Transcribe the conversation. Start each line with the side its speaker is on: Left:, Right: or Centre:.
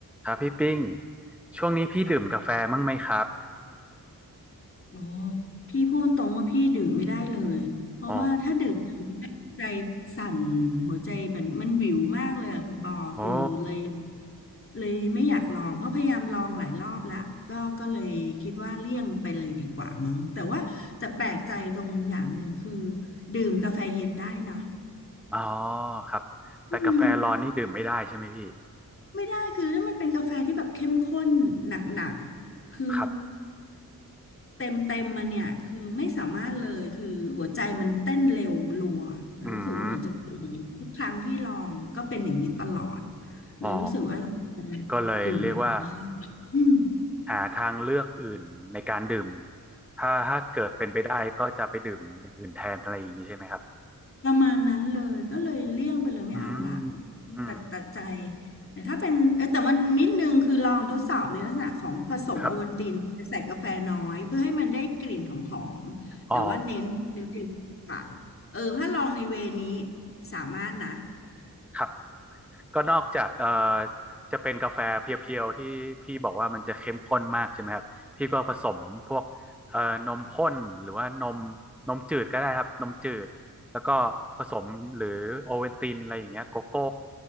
Centre: ครับพี่ปิ้งช่วงนี้พี่ดื่มกาแฟมั้งไหมครับ
Left: โอ้พี่พูดตรงว่าพี่ดื่มไม่ได้เลยเพราะว่าถ้าดื่มน้ำเนี่ยใจ
Centre: อ๋อ
Left: สั่นหัวใจมันมันวิวมากเลยอะคุณบอคือเลย
Centre: โอ้
Left: เลยไม่อยากลองเพราะพยายามลองหลายรอบแล้วก็ก็เลยคิดว่าเลี่ยงไปเลยดีกว่ามั้งแต่ว่าแต่แปลกใจตรงอย่างหนึ่งคือดื่มกาแฟเย็นได้เนอะ
Centre: อ๋อครับแต่กาแฟร้อนนี่ดื่มไม่ได้ใช่ไหมพี่
Left: อืม ไม่ได้คือถ้ามันเป็นกาแฟที่แบบเข้มข้นหนักๆคือ
Centre: ครับ
Left: เต็มเต็มมาเนี่ยคือไม่สามารถเลยคือหัวใจมันเต้นเร็วรัวแล้วรู้สึกว่าเหมือนจะเป็นอย่างนี้ทุกครั้งที่ลองก็เป็นอย่างนี้ตลอด
Centre: อืม
Left: เลยรู้สึกว่าเราควรดื่มกาแฟไ้
Centre: อ๋อก็เลยเรียกว่า
Left: อืม
Centre: หาทางเลือกอื่นในการดื่มถ้าถ้าเกิดเป็นไปได้ก็จะไปดื่มอย่างอื่นแทนอะไรอย่างนี้ใช่ไหมครับ
Left: ประมาณนั้นเลยก็เลยเลี่ยงไปเลยไม่เอาละ
Centre: อืมอืม
Left: ตัดตัดใจแต่ถ้าเป็นเออแต่มันนิดนึงคือลองทดสอบในลักษณะของผสมโอวัลตินแต่ใส่กาแฟน้อยเพื่อให้มันได้กลิ่นหอมๆแต่ว่าเน้นเน้นกลิ่นกว่าเออถ้าลองในเวนี้
Centre: ครับอ๋อ
Left: สามารถนะ
Centre: ครับ ก็นอกจากเอ่อจะเป็นกาแฟเพียวๆที่พี่บอกว่ามันจะเข้มข้นมากใช่ไหมครับพี่ก็ผสมพวกเอ่อนมข้นหรือว่านมนมจืดก็ได้ครับนมจืดแล้วก็ผสมหรือโอเวนตินอะไรอย่างเงี้ยโกโก้